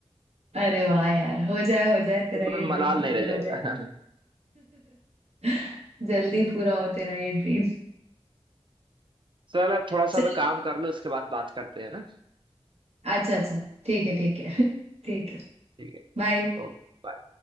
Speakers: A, on the right; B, on the right.
A: अरे वाह यार हो जाए हो जाए तेरा
B: फिर
A: ये
B: कोई मलाल
A: ड्रीम पूरा
B: नहीं रह जाएगा
A: हो जाए <laughs> जल्दी पूरा हो तेरा ये ड्रीम
B: <laughs> चल अब थोड़ा
A: चल
B: सा मैं काम कर लो इसके बाद बात करते हैं ना
A: अच्छा अच्छा ठीक है ठीक है <laughs> ठीक है
B: ठीक है
A: बाय
B: ओके